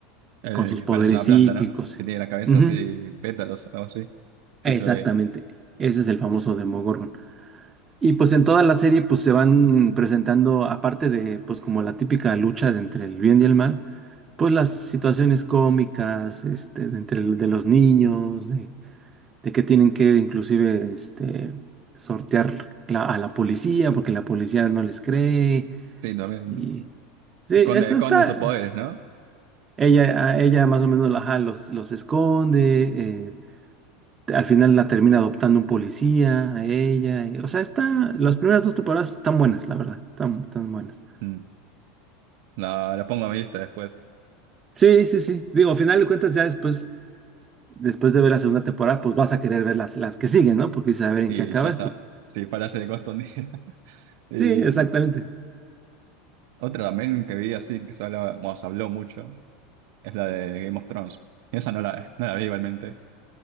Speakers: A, on the right; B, on the right.
A: El
B: y con sus
A: que
B: poderes
A: parece una
B: psíquicos.
A: planta, ¿no? Que tiene la cabeza
B: Ujú,
A: así, pétalos o algo así. Sí,
B: Exactamente,
A: se lo vi.
B: ese es el famoso Demogorgon. Y pues en toda la serie pues se van presentando, aparte de pues como la típica lucha de entre el bien y el mal, pues las situaciones cómicas, este, de entre el- de los niños, de, de que tienen que inclusive este, sortear la- a la policía porque la policía no les cree.
A: Sí, también.
B: Y sí,
A: Esconde,
B: eso
A: esconden
B: está.
A: sus poderes, ¿no?
B: Ella, a ella más o menos ajá, los, los esconde, eh, al final la termina adoptando un policía, a ella. y- o sea, está, las primeras dos temporadas están buenas, la verdad. Están, están buenas.
A: Mm. No, lo pongo a mi lista después.
B: Sí, sí, sí. Digo, al final de cuentas, ya después, después de ver la segunda temporada, pues vas a querer ver las, las que siguen, ¿no? Porque dices, a ver en
A: Y
B: qué acaba
A: ya está.
B: esto.
A: Sí, parece de costo un día. <laughs> Y
B: Sí, exactamente.
A: otra también que vi así, que se hablaba, bueno, se habló mucho, es la de Game of Thrones. Esa no la, no la vi igualmente,